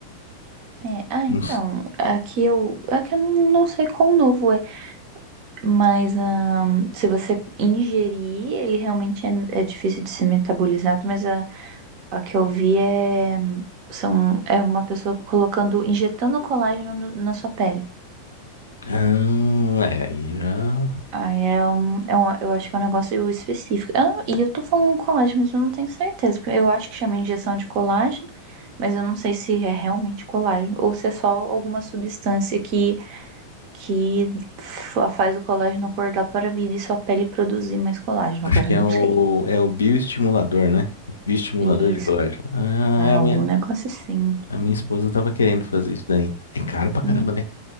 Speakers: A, on the right; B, on the left.
A: É, ah, então,
B: Não s-
A: aqui eu, aqui eu não, não sei quão novo é, mas ah, se você ingerir, ele realmente é, é difícil de ser metabolizado, mas a A que eu vi é, são, é uma pessoa colocando, injetando colágeno no- na sua pele.
B: Ah, é, aí já...
A: Aí é um, é um- eu acho que é um negócio específico. Ah, e eu tô falando colágeno, mas eu não tenho certeza. porque Eu acho que chama injeção de colágeno, mas eu não sei se é realmente colágeno ou se é só alguma substância que, que fa- faz o colágeno acordar para a vida e sua pele produzir mais colágeno.
B: Acho
A: Agora
B: que
A: eu
B: é
A: não
B: o,
A: sei.
B: é o bioestimulador, né? Bioestimulador
A: Isso,
B: de colágeno. Ah,
A: ah,
B: é, a
A: algum
B: minha,
A: negócio assim.
B: a minha esposa tava querendo fazer isso daí. É caro pra caramba,
A: Hum,
B: né?